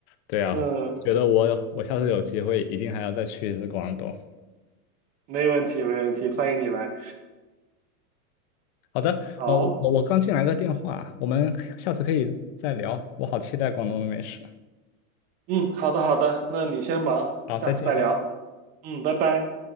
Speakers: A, on the left; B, on the right.
A: 对啊，
B: 嗯，
A: 觉得我我下次有机会一定还要再去一次广东。
B: 没问题，没问题，欢迎你来。
A: 好的，
B: 好，
A: 哦，我我刚进来个电话，我们下次可以再聊。我好期待广东的美食。
B: 嗯，好的好的，那你先忙，
A: 好，
B: 下次再聊。
A: 再见。
B: 嗯，拜拜。